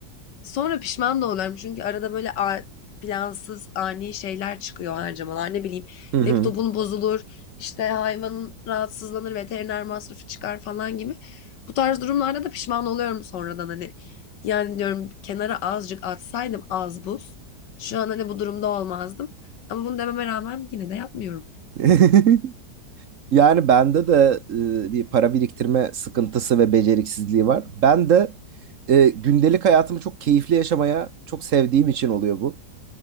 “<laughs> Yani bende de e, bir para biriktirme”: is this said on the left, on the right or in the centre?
Right